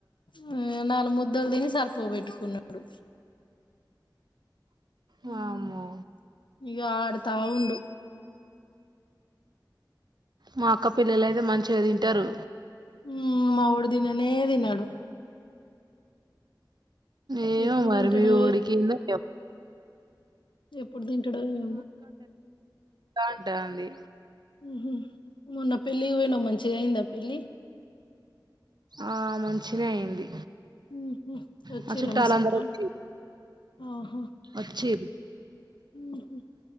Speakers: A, on the left; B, on the right.
A: ఉమ్ నాలుగు ముద్దలు తిని సరిపోబెట్టుకున్నాడు
B: వామ్మో
A: ఉమ్ ఇగ ఆడుతా ఉండు
B: మా అక్క పిల్లలయితే మంచిగా తింటారు
A: ఉమ్ మావోడు తిననే తినడు
B: ఏమో
A: ఎప్పుడు
B: మరీ
A: తింటాడో
B: మీ వాడికి ఏందో ఏమో
A: ఎప్పుడు తింటడో ఏమో
B: డా అంటంది
A: ఉహూ మొన్న పెళ్లికి పోయినావ్ మంచిగ అయిందా పెళ్లి
B: ఆ మంచిగనే అయింది
A: ఉహూ వచ్చిర్రా
B: మా చుట్టాలందరూ
A: మీ చుట్టాలు
B: వచ్చి
A: ఆహా
B: వచ్చిర్రు
A: ఉహూ